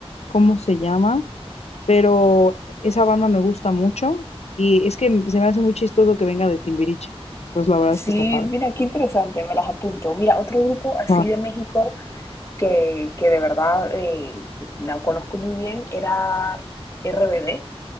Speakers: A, on the left; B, on the left.
A: cómo se llama, pero esa banda me gusta mucho y es que se me hace muy chistoso que venga de Timbiriche. Pues la verdad
B: Sí,
A: es que está padre.
B: mira, qué interesante, me las apunto. Mira, otro grupo así
A: Ah.
B: de México que, que de verdad eh, la conozco muy bien era RBD.